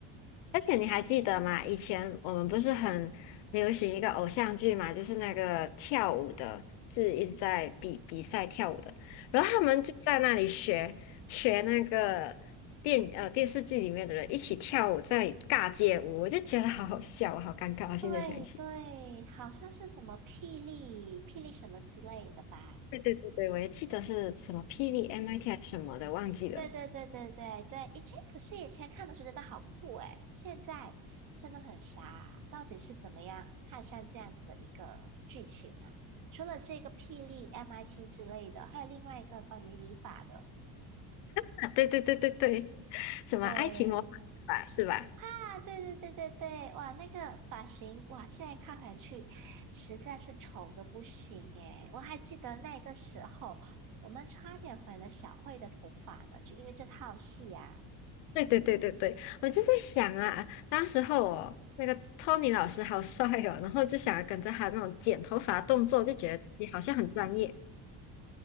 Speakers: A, on the left (about 80°); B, on the right (about 50°).
A: 而且你还记得吗？以前我们不是很流行一个偶像剧嘛，就是那个跳舞的，是一直在比比赛跳舞的，然后他们就在那里学学那个电呃电视剧里面的人一起跳舞，在那里尬街舞，我就觉得好好笑，我好尴尬，我现在想起。
B: 对对，好像是什么霹雳霹雳什么之类的吧。
A: 对对对对，我也记得是什么霹雳 MIT 还是什么的，忘记了。
B: 对对对对对对，以前可是以前看的时候觉得好酷诶，现在真的很傻，到底是怎么样看上这样子的一个剧情啊？除了这个霹雳 MIT 之类的，还有另外一个关于理发的，
A: 啊，对对对对对，什么爱情魔法是吧？
B: 对
A: 是吧？
B: 啊，对对对对对，哇，那个发型哇，现在看回去实在是丑的不行诶，我还记得那个时候我们差点毁了小慧的头发呢，就因为这套戏呀、
A: 对对对对对，我就在想啊，当时候哦，那个托尼老师好帅哦，然后就想要跟着他那种剪头发动作，就觉得自己好像很专业。